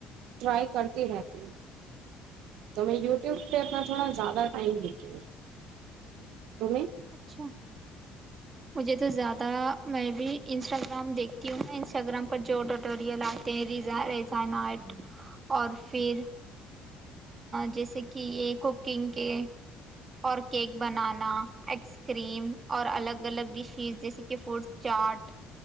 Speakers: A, on the right; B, on the right.
A: ٹرائی کرتی رہتی ہوں تو میں یوٹیوب پہ اپنا تھوڑا زیادہ ٹائم دیتی ہوں ت
B: اچھا مجھے تو زیادہ میں بھی انسٹاگرام دیکھتی ہوں نا انسٹاگررام پر جو ٹٹوریل آتے ہیں ریزائٹ اور پھر جیسے کہ یہ کوکنگ کے اور کیک بنانا ایس کریم اور الگ الگ ڈشیز جیسے کہ فوڈ چاٹ